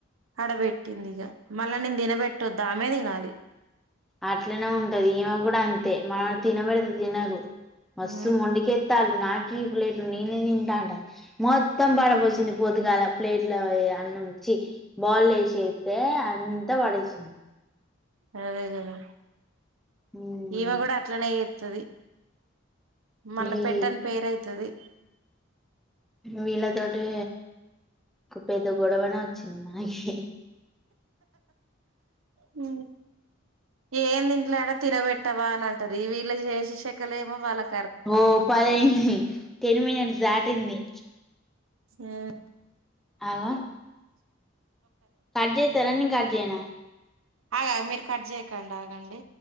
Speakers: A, on the right (about 80°); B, in the centre.
A: అడబెట్టింది ఇగ మళ్ళా నేను తినబెట్టొద్దు ఆమె తినాలి
B: అట్లనే ఉంటది ఈమె కూడా అంతే మనం తినబెడితే తినదు మస్సు
A: ఆ
B: మొండికేత్తాలు నాకి ప్లేట్ నేనే తింటాన్ మొత్తం పడపోచ్చింది పొద్దుగాల ప్లేట్లో ఏ అన్నంచి చి బాల్లెసెద్ దే అంతా పడెసింద్
A: అదే కదా
B: ఉమ్
A: ఈమె కూడా అట్లనే చెత్తాది మళ్ళా
B: ఈ
A: పెట్టని పేరయితది
B: వీళ్ళ తోటే ఒక పెద్ద గొడవనే వచ్చింది మనకి
A: హు ఎం తిట్టాలె అడ తినబెట్టవా అని అంటారు వీళ్ళ చేసే శేఖలేమొ వాళ్ళక్
B: ఒ పది ఆఇంది టెన్ మినిట్స్ దాటింది
A: ఆ
B: ఆగో కడ్ చెత్తర నిను కట్ చేయనా
A: ఆగాగు మీరు కట్ చేయకండి ఆగండి